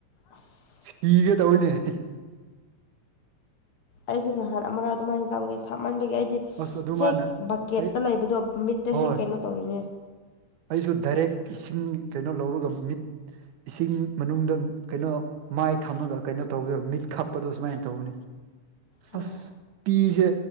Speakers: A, on the left (about 60°); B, on the right (about 75°).
A: ꯑꯁ
B: ꯁꯤꯒꯦ ꯇꯧꯏꯅꯦ
A: ꯑꯩꯁꯦ ꯅꯍꯥꯟ ꯑꯃꯥ ꯑꯗꯨꯃꯥꯏꯅ ꯆꯝꯒꯦ ꯁꯥꯃꯟꯕꯒꯤ ꯑꯩꯗꯤ
B: ꯑꯁ ꯑꯗꯨꯃꯥꯏꯅ
A: ꯍꯦꯛ ꯕꯛꯀꯦꯠꯇ
B: ꯑꯩ
A: ꯂꯩꯕꯗꯣ ꯃꯤꯠꯇ
B: ꯍꯣꯏ
A: ꯍꯦꯛ ꯀꯩꯅꯣ ꯇꯧꯔꯤꯅꯦ
B: ꯑꯩꯁꯨ ꯗꯥꯏꯔꯦꯛ ꯏꯁꯤꯡ ꯀꯩꯅꯣ ꯂꯧꯔꯒ ꯃꯤꯠ ꯏꯁꯤꯡ ꯃꯅꯨꯡꯗ ꯀꯩꯅꯣ ꯃꯥꯏ ꯊꯝꯃꯒ ꯀꯩꯅꯣ ꯇꯧꯕꯗ ꯃꯤꯠ ꯈꯞꯄꯗꯣ ꯁꯨꯃꯥꯏꯅ ꯇꯧꯕꯅꯤ
A: ꯍꯣꯏ
B: ꯑꯁ ꯄꯤꯁꯦ